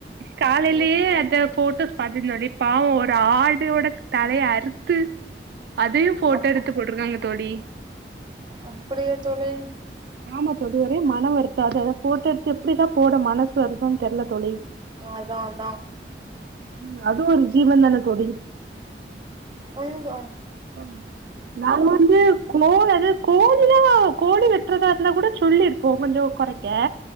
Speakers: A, on the right; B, on the right.
A: காலைலியே
B: ம்
A: அட்ட போட்டோ பாத்தேன் தோழி பாவம் ஒரு ஆடோட தலைய அறுத்து அதையும் போட்டோ
B: அப்
A: எடுத்து போட்டுருக்காங்க தோழி
B: அப்டியா தோழி
A: ஆமா தோழி ஒரே மன வருத்தம் அது அத போட்டோ எடுத்து எப்டிதான் போட மன சு வருதுன்னு தெர்ல தோழி
B: அதா அதா
A: ம் அது ஒரு ஜீவன் தானே தோழி
B: ம்
A: ம் நா வந்து கோழ் அது கோழி தான் கோழி வெட் ட்டறதா இருந்தா கூட சொல்லி இரு போ கொஞ்ச குறைக்க